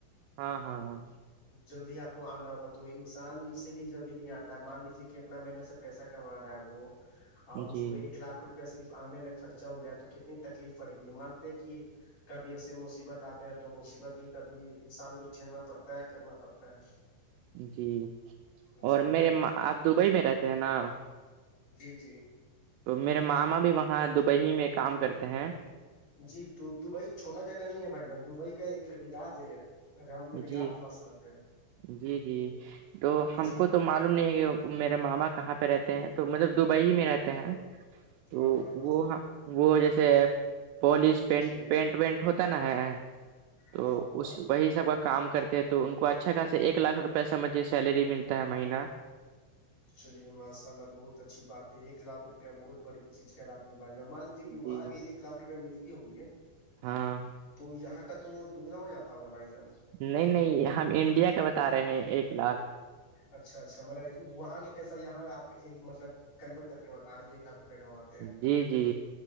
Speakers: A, on the right; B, on the left.
A: ہاں ہاں ہاں
B: جلدی آپ کو آنا ہوگا تو انسان اس سے لی جلدی نہیں آتا مان لیجیے کہ اتنا مہیننے سے پیسہ کما رہا ہے وہ اور اس
A: جی
B: کو ایک لاکھ روپیہ صرف آنے میں خرچ اا ہو جائے تو کتنی تکلیف پڑے گی مانتے ہیں کہ کبھی ایسے مصیبت آتے ہیں تو مصیبت میں کبھی انسان کو جھیلنا پڑتا طے کرنا پڑتا ہے
A: جی
B: جی
A: اور میرے آپ دبئی میں رہتے ہیں نا
B: جی جی
A: تو میرے ماما بھی وہاں دبئی میں کام کرتے ہیں
B: جی تو دبئی چھوٹا جگہ نہیں ہے بھائی جان دبئی کا ایک یاد ہے ہم لوگ ریاض
A: جی
B: پاس رہتے
A: جی جی تو
B: ہیں
A: ہم
B: جی
A: کو تو م معوم نہیں ہے کہ میرے ماما کہاں پہ رہتے ہیں تو مطلب دبئی ہی میں رہتے ہیں تو
B: ہاں ہاں ہاں
A: وہ وہ جیسے پالش پینٹ
B: جی
A: پینٹ وینٹ ہوتا نا ہے تو
B: ہاں ہاں ہاں
A: اس وہی سب کا کام کرتے ہیں تو ان کو اچھا خاصا ایک لاکھ روپئے سمجھے سیلری ملتی ت مہینہ
B: چلیے ماشاء اللہ بہت اچھی بات ہے ایک لاکھ روپیہ بہت بڑی چیز کہلاتی ہے بائی اور مان لیجیے کہ وہاں
A: جی
B: کے ایک لاکھ روپئے ملتی ہوگی ہے
A: ہاں
B: تو یہاں کا تو دگنا ہو جاتا ہوگا بھائی جان
A: نہیں نہیں ہم انڈیا کا بتا رہے ہیں ایک لاکھ
B: اچھا اچھا مطلب وہاں کے پیسہ یہاں آپ ایک مطلب کنورٹ کر کے ہوتا آارے ایک لھ روپ کمان
A: جی جی جی